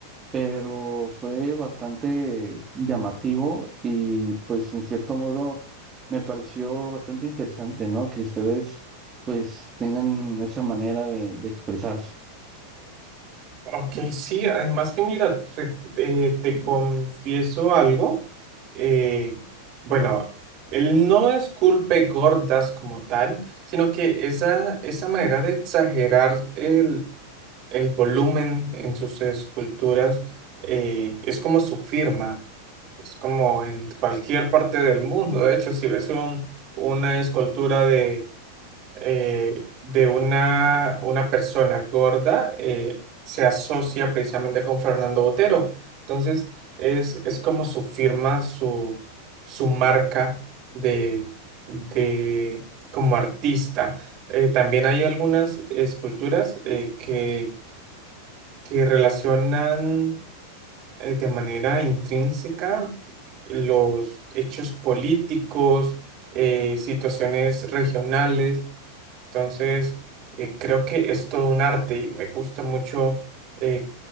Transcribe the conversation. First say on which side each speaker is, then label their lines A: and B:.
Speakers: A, on the right (about 20°); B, on the right (about 40°).
A: pero fue bastante llamativo y pues en cierto modo me pareció bastante interesante, ¿no? Que ustedes pues tengan esa manera de, de expresarse.
B: Ok, sí, además que mira, re- eh, te confieso algo. eh, bueno, él no es culpe gordas como tal, sino que esa, esa manera de exagerar el el volumen en sus esculturas eh, es como su firma, es como en cualquier parte del mundo. De hecho, si ves un- una escultura de, eh, de una, una persona gorda, eh, se asocia precisamente con Fernando Botero. Entonces, es, es como su firma, su, su marca de, de, como artista. Eh, también hay algunas esculturas eh, que que relacionan eh, de manera intrínseca los hechos políticos, eh, situaciones regionales. Entonces, eh, creo que es todo un arte y me gusta mucho eh,